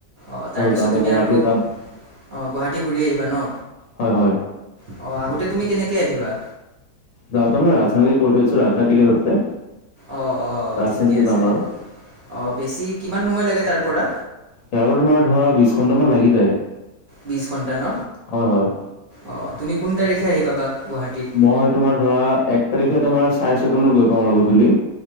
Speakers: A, on the right; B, on the left.
A: অ', তাৰপিছত
B: যাওঁতে
A: তুমি
B: গুৱাহাটী
A: আৰু অ'
B: যাম
A: গুৱাহাটী ঘূৰি আহিবা ন?
B: হয় হয়
A: অ', আহোতে তুমি কেনেকে আহিবা?
B: যাওঁতে মই ৰাজধানীত কৰি থৈছো ৰাজধানীৰ টিকেট আছে।
A: অ', অ', অ',
B: ৰাজধানীতে
A: ঠিকে আছে,
B: যাম আৰু
A: অ' বেছি কিমান সময় লাগে তাৰপৰা?
B: ইয়াৰ পৰা তোমাৰ ধৰা বিশ ঘন্টামান লাগি যায়।
A: বিশ ঘণ্টা ন,
B: হয় হয়
A: অ' তুমি কোন তাৰিখে আহি পাবা গুৱাহাটীত?
B: মই তোমাৰ ধৰা এক তাৰিখে তোমাৰ চাৰে ছয়টা মানত গৈ পাওঁ আৰু গধূলি।